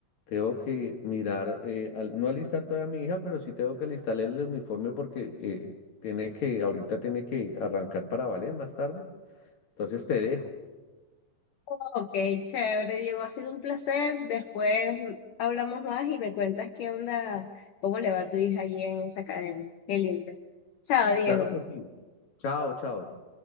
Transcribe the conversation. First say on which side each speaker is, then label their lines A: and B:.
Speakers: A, on the left; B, on the left.
A: tengo que mirar, eh, al- no alistar todavía a mi hija, pero sí tengo que alistarle el uniforme porque eh, tiene que, ahorita tiene que arrancar para Valen más tarde. Entonces te dejo.
B: Ok, chévere, Diego, ha sido un placer. Después hablamos más y me cuentas qué onda, cómo le va a tu hija allí en esa academia. Qué lindo. Chao, Diego.
A: Claro que sí. Chao, chao.